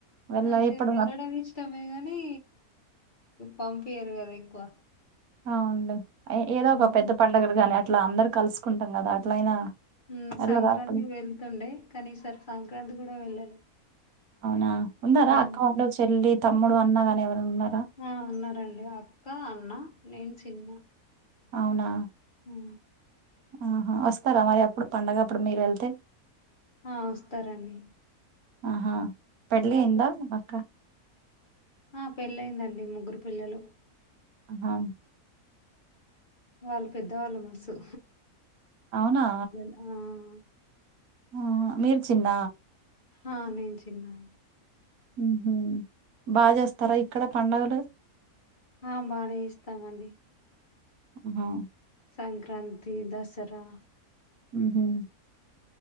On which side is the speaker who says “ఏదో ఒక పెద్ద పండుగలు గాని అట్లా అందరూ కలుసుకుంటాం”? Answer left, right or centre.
Right